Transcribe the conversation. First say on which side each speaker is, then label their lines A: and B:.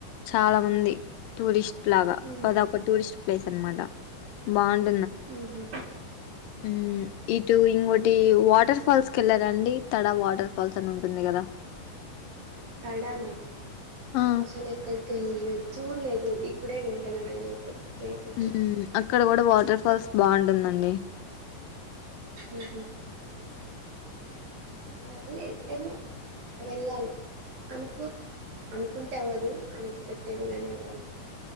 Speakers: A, on the left; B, on the right.
A: చాలా మంది టూరిస్ట్ లాగా
B: హ్మ్.
A: అద ఒక టూరిస్ట్ ప్లేస్ అనమాట బాగుం
B: ఉహూ
A: ఊ ఇటు ఇంకోటి ఈ వాటర్ ఫాల్స్ కి వెళ్ళారండి తడా వాటర్ ఫాల్స్ అని ఉంటుంది కదా
B: తడానా
A: ఆ
B: అసలు ఎక్కడికి వెళ్ళలేదు చూడలేదు ఇప్పుడే వింటన్నా నేనైతే పేరు వింటున్నా.
A: ఊ అక్ అక్కడ కూడా వాటర్ ఫాల్స్ బాగుంటుందండి
B: ఉహూ అ లేదు ఏమో వెళ్ళాలి అనుకు అనుకుంటే అవ్వదు అనేక్ట్ పెట్టడుగానేమల్